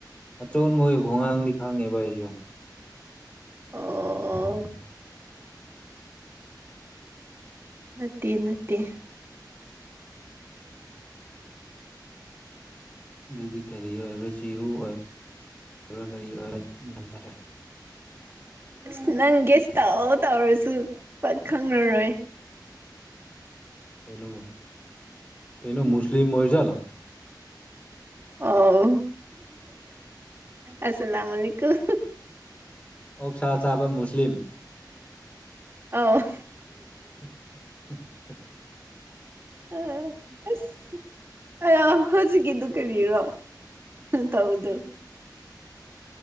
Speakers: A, on the left; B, on the right.
A: ꯑꯆꯣꯟꯕꯣꯏ ꯈꯣꯡꯒꯥꯡꯗꯤ ꯈꯪꯉꯦꯕ ꯑꯩꯁꯨ
B: ꯑꯣ ꯅꯠꯇꯦ ꯅꯠꯇꯦ
A: ꯑꯗꯨꯗꯤ ꯀꯔꯤ ꯑꯣꯏꯕ꯭ꯔꯥ ꯆꯦꯔꯨ ꯑꯣꯏꯕꯕ ꯀꯔꯤ ꯑꯣꯏꯕ ꯇꯔꯦ
B: ꯑꯁ ꯅꯪ ꯒꯦꯁ ꯇꯥꯎꯑꯣ ꯇꯥꯎꯔꯁꯨ ꯄꯛ ꯈꯪꯂꯉꯔꯣꯏ
A: ꯀꯩꯅ ꯀꯩꯅꯣ ꯃꯁꯂꯤꯝ ꯑꯣꯏꯖꯂ
B: ꯑꯣ ꯑꯁꯂꯝꯀꯨꯨꯝ
A: ꯑꯣꯛ ꯁꯥꯥ ꯆꯥꯕ ꯃꯨꯁꯂꯤꯝ
B: ꯑꯧ
A: <inaudible> <inaudible>
B: ꯑ ꯑꯁ ꯑ ꯍꯧꯖꯤꯛꯀꯤꯗꯨꯣ ꯀꯔꯤꯔꯣ ꯇꯗ